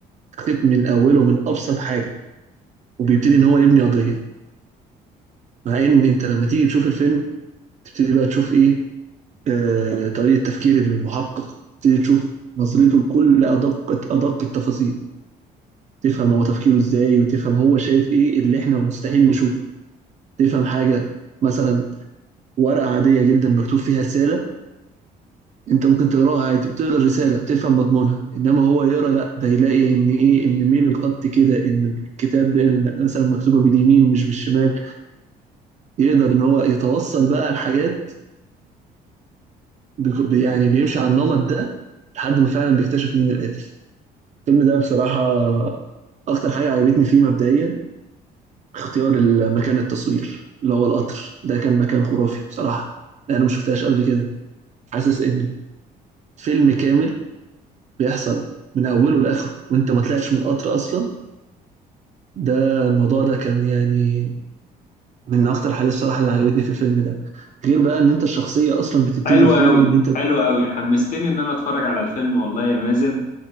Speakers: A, on the right; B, on the left.
A: خيط من أوله من أبسط حاجة وبيبتدي إن هو يبني قضية مع ان انت لما تيجي تشوف الفيلم تبتدي بقى تشوف ايه آه طريقه تفكير المحقق تبتدي تشوف نظرته لكل ادق ادق التفاصيل تفهم هو تفكيره ازاي وتفهم هو شايف ايه اللي احنا مستحيل نشوفه تفهم حاجه مثلا ورقه عاديه جدا مكتوب فيها رساله انت ممكن تقراها عادي وتقرا الرساله وتفهم مضمونها انما هو يقرا لا ده يلاقي ان ايه ان ميل الخط كده ان الكتاب ده مثلا مكتوبه باليمين مش بالشمال يقدر ان هو يتوصل بقى لحاجات بيخ- بي- يعني بيمشي على النمط ده لحد ما فعلا بيكتشف مين القاتل الفيلم ده بصراحة أكتر حاجة عجبتني فيه مبدئيا اختيار مكان التصوير اللي هو القطر ده كان مكان خرافي بصراحة لأن أنا ما شفتهاش قبل كده حاسس إن فيلم كامل بيحصل من أوله لآخره وأنت ما طلعتش من القطر أصلا ده الموضوع ده كان يعني من أكتر حاجات الصراحة اللي عجبتني في الفيلم ده غير بقى إن أنت الشخصية أصلا بتبتدي
B: حلو
A: الفيلم
B: قوي
A: إن أنت
B: حلو قوي حمستني ان انا اتفرج على الفيلم والله يا مازن